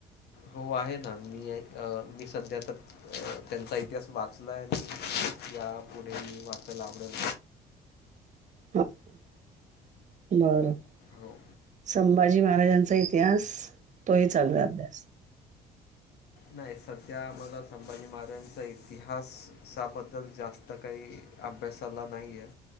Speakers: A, on the left (about 75°); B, on the right (about 45°).
A: हो आहे ना मी अ मी सध्या तर त्यांचा इतिहास वाचलाय आणि या पुढेही वाचयलावडेल
B: बर स
A: हो.
B: शिवाजी महाराजांचा इतिहास तोही चालू आहे अभ्यास
A: नाही सध्या मला संभाजी महाराजांचा इतिहासाबद्दल जास्त काही अभ्यासाला नाही आहे